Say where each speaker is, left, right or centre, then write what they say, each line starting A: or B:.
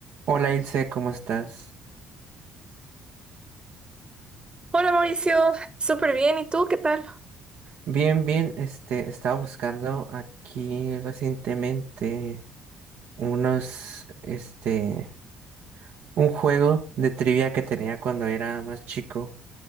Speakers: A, on the right; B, on the right.
A: Hola Ilse, ¿cómo estás?
B: Hola Mauricio, súper bien. ¿Y tú qué tal?
A: Bien, bien, este, estaba buscando aquí recientemente unos, este, un juego de trivia que tenía cuando era más chico,